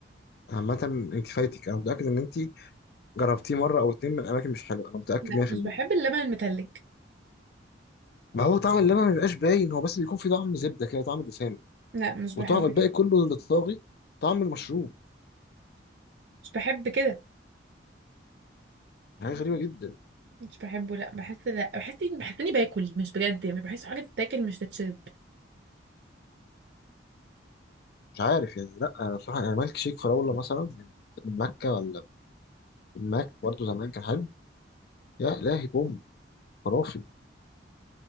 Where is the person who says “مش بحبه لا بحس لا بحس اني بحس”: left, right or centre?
Right